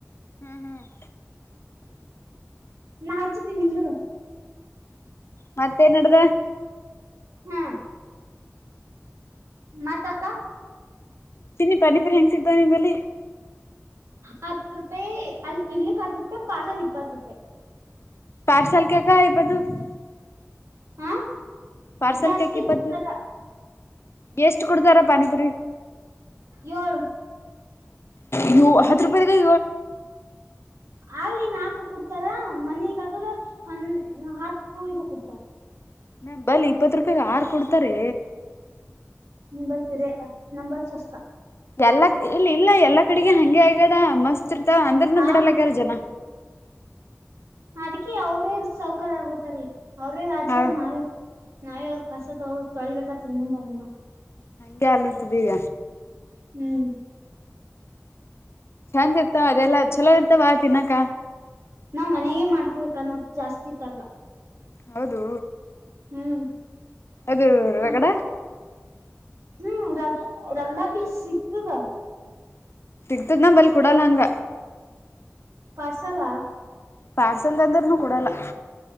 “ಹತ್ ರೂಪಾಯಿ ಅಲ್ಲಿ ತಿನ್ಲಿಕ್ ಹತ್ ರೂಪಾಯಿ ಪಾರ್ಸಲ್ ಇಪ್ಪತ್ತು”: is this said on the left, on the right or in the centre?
Right